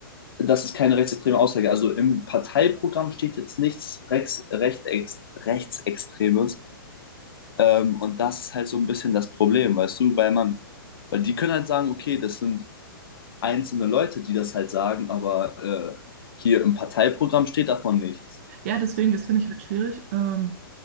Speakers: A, on the left; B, on the right.
A: das ist keine rechtsextreme Aussage. Also im Parteiprogramm steht jetzt nichts Rex, Rechtex, rechtsextremes ähm, und das ist halt so ein bisschen das Problem, weißt du, weil man, weil die können halt sagen, okay, das sind einzelne Leute, die das halt sagen, aber äh, hier im Parteiprogramm steht davon nichts.
B: Ja, deswegen, das finde ich halt schwierig. Ähm,